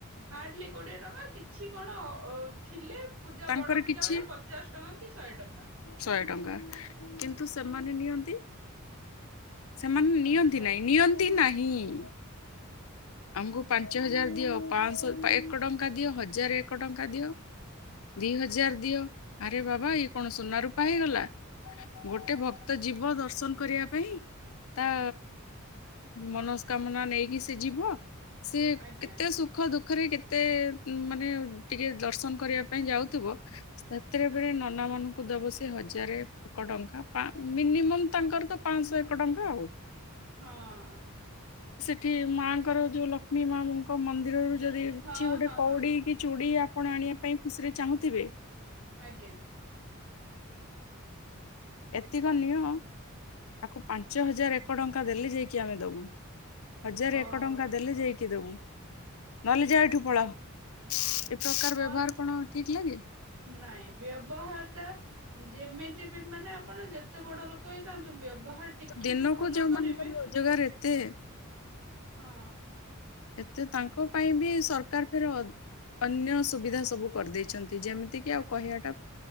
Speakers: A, on the right; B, on the left.
A: ହାର୍ଡଲି କୋଡ଼ିଏ ଟଙ୍କା କିଛି କଣ ଅ ଥିଲେ ପୂଜା
B: ତାଙ୍କର
A: ବଡ ପୂଜା
B: କିଛି
A: ପୂଜା ପଚାଶ ଟଙ୍କା କି ଶହେ ଟଙ୍କା
B: ଶହେ ଟଙ୍କା କିନ୍ତୁ ସେମାନେ ମାନ ନିଅନ୍ତି ସେମାନେ
A: ହଜାର
B: ନିଅନ୍ତି ନାହିଁ ନିଅନ୍ତି ନାହିଁ ହୁଇ <inaudible> ଆମକୁ ପାଞ୍ଚ ହଜାର ଦିଅ ପାଞ୍ଚଶହ ଏକ ଟଙ୍କା ଦିଅ ହଜାର ଏକ ଟଙ୍କା ଦିଅ ଦିଇ ହଜାର ଦିଅ ଆରେ ବାବା ଇଏ କଣ ସୁନା ରୂପା ହେଇଗଲା ଗୋଟେ ଭକ୍ତ ଯିବ ଦର୍ଶନ କରିବା ପାଇଁ ତା ମନସ୍କାମନା ନେଇକି ସେ ଯିବ ସେ
A: ଆଜ୍ଞା
B: କେତେ ସୁଖ ଦୁଃଖ ପାଖରେ କେତେ ମାନେ ଟିକେ ଦର୍ଶନ କରିବା ପାଇଁ ଯାଉଥିବ ସେଥିରେବେ ନନା ମାନଙ୍କୁ ଦବ ସେ ହଜାରେ ଏକ ଟଙ୍କା ମିନିମମ୍ ତାଙ୍କର ତ ପାଞ୍ଚଶହ ଏକ ଟଙ୍କା ଆଉ
A: ହଁ
B: କି ମା ଙ୍କର ଯୋଉ ଲକ୍ଷ୍ମୀ ମାଙ୍କ ମନ୍ଦିରରୁ ଯଦି କିଛି
A: ହଁ
B: ଗୋଟେ
A: ହଁ
B: କଉଡ଼ି
A: ହଁ
B: କି ଚୁଡ଼ିଆ ଆପଣ ଆଣିବା ପାଇଁ ଖୁସିରେ ଚାହୁଁଥିବେ
A: ଆଜ୍ଞା
B: ଏତିକ ନିଅ ତାକୁ ପାଞ୍ଚ ହଜାର ଏକ ଟଙ୍କା ଦେଲେ ଯାଇକି ଆମେ ଦବୁ ହଜାର
A: ଓହୋ
B: ଏକ ଏକ ଟଙ୍କା ଦେଲେ ଯାଇକି ଦେବୁ। ନହେଲେ ଯାହା
A: ଓ,
B: ଏଠୁ ପଳା ଏ ପ୍ରକାର
A: ହଁ
B: ବ୍ୟବହାର କଣ ଠିକ ଲାଗେ
A: ନାଇଁ ବ୍ୟବହାର ଟା ଯେମିତି ମାନେ ଆପଣ ଯେତେ ବଡ଼ ଲୋକ ହେଇଥାନ୍ତୁ ବ୍ୟବହାର ଟିକେ
B: ଦିନକୁ
A: ବି ଭଲ
B: ଯୋଉମାନଙ୍କର
A: କରିବେ।
B: ରୋଜଗାର ଏତେ
A: ହଁ।
B: ଏତେ ତାଙ୍କ ପାଇଁ ବି ସରକାର ଫେର ଅନ୍ୟ ସୁବିଧା ସବୁ କରିଦେଇଛନ୍ତି ଯେମିତିକି ଆଉ କହିବାଟା